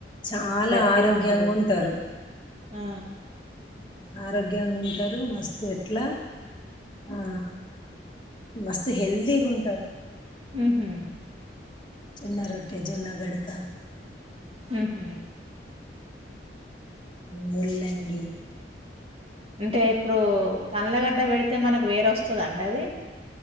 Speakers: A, on the left; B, on the right.
A: చాలా
B: గట్టిగా
A: ఆరోగ్యంగా
B: ఉంటరు
A: ఉంటారు
B: ఆ
A: ఆరోగ్యంగా ఉంటారు మస్తు ఎట్లా ఆ మస్తు హెల్తీగా ఉంటారు
B: ఉ హు
A: చిన్న రోడ్ పేజోళ్ళ గడకా
B: ఉహు
A: ముళ్ళంగి
B: అంటే ఇప్పుడు కళ్ళగడ్డ పెడితే మనకు వేరొస్తద అండి అది